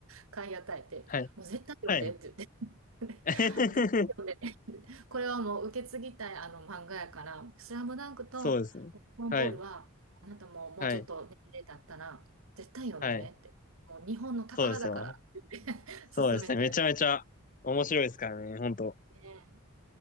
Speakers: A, on the right; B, on the left.
A: 買い与えて、
B: はい、
A: もう絶対読んでって言って、
B: はい。<laughs>
A: <laughs> 絶対読んでねって、これはもう受け継ぎたいあの漫画やから、スラムダンクとドラゴンボールは、
B: そうですね。はい、
A: あなたももうちょっと年齢経ったら、
B: はい、
A: 絶対読んでねって、
B: はい。
A: もう日本の宝だからって言って
B: そうですよ。
A: <laughs>
B: そうですね。
A: 勧めてる。
B: めちゃめちゃ面白いですからね、本当
A: ね